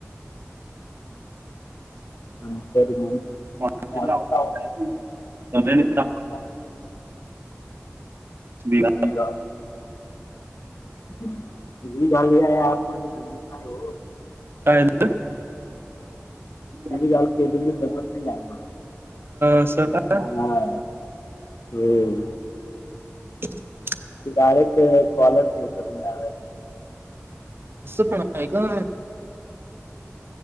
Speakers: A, on the left; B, on the right.
A: ह
B: का
A: म
B: रणनीतीला विगा-
A: का? त घालमध्येध्ये जमत नाही हो
B: काय झालं? अच्छा,
A: घाण केलेली जमत नाही आ मला
B: असं का?
A: हा होम
B: <inaudible>
A: डायरेक्ट कॉलच हे करून द्या
B: असं पण आहे का?